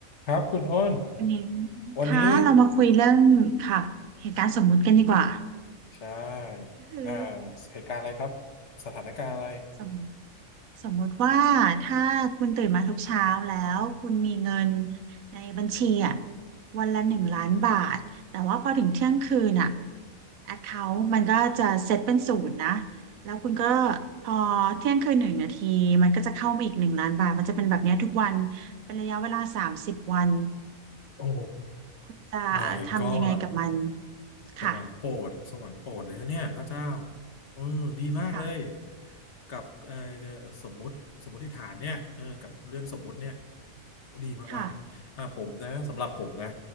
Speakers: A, on the left (about 55°); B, on the right (about 80°).
A: ครับคุณอ้น
B: วันนี้
A: วันนี้
B: คะเรามาคุยเรื่องค่ะเหตุการณ์สมมุติกันดีกว่า
A: ใช่
B: ก็คือ
A: อ่าเหตุการณ์อะไรครับสถานการณ์อะไร
B: สมสมมุติว่าถ้าคุณตื่นมาทุกเช้าแล้วคุณมีเงินในบัญชีอ่ะวันละหนึ่งล้านบาทแต่ว่าพอถึงเที่ยงคืนอ่ะแอคเคาท์มันก็จะเซตเป็นศูนย์นะแล้วคุณก็พอเที่ยงคืนหนึ่งนาทีมันก็จะเข้ามาอีกหนึ่งล้านบาทมันจะเป็นแบบเนี้ยทุกวันเป็นระยะเวลาสามสิบวัน
A: โอ้
B: คุณจะทำยังไงกับมัน
A: my god สวรรค์โปรดสวรรค์โปรดเลยนะเนี่ยพระเจ้า
B: ค่ะ
A: เออดีมากเลย
B: ค่ะ
A: กับเอ่อสมมุติสมมติฐานเนี่ยเออกับเรื่องสมมุติเนี่ยดีมากๆอ่าผมนะสำหรับผมนะ
B: ค่ะ